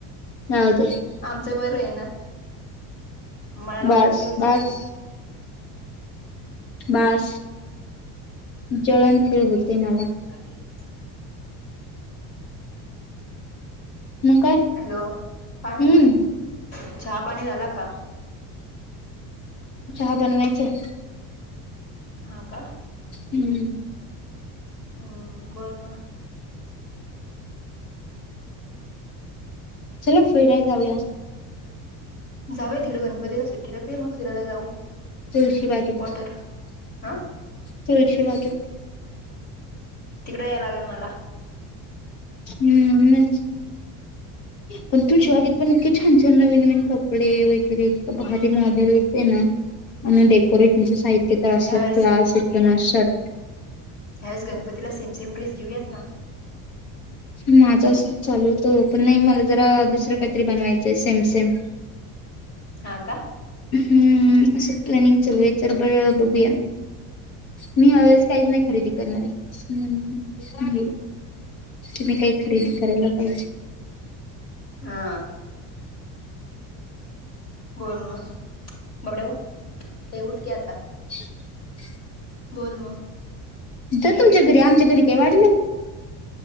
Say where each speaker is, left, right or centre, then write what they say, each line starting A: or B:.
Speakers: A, on the left (about 70°); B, on the left (about 40°).
A: गावातच.
B: आमचं बर आहे ना मनाला
A: बास
B: वाटन तेवढी
A: बास
B: सुट्टी.
A: बास, जळण फिल होतय मला.
B: अरे <inaudible>
A: म काय?
B: हॅलो काय
A: हम्म
B: नाय, चहा पाणी झाला का?
A: चहा बनवायचय.
B: हा का.
A: हम्म.
B: हम्म, बोल म.
A: चला फिराय जाऊया.
B: जाऊया तिकडे गणपतीला सुट्टीला येते मग फिरायला जाऊ.
A: तुळशीबागेत,
B: वॉटर हा
A: तुळशीबागेत.
B: तिकडे याय लागल मला.
A: हम्म, मग पण
B: हम्म
A: तुळशीबागेत पण इतकी छान-छान, नवीन-नवीन कपडे वगैरे इतक भारी मॉडेल येतय ना. आणि डेकोरेशनच साहित्य तर अस
B: ह्या वेळेस
A: क्लास येत ना <inaudible>
B: या वेळेस गणपतीला सेम-सेम ड्रेस घेऊयात ना.
A: माझ असंच चालू होतं पण नाही, मला जरा दुसरं काहीतरी बनवायचय सेम-सेम
B: हा का
A: हम्म, असं प्लॅनिंग चालू आहे तर बरं बघूया. मी या
B: बर
A: वेळेस काहीच नाही खरेदी करणारे, हम्म तुम्ही काही खरेदी करायला पाहिजे.
B: हा बोल मग, बबड्या ऊठ, ये उठ की आता.
A: <unintelligible>
B: बोल मग.
A: जा तुमच्या घरी, आमच्या घरी काय वाढलय?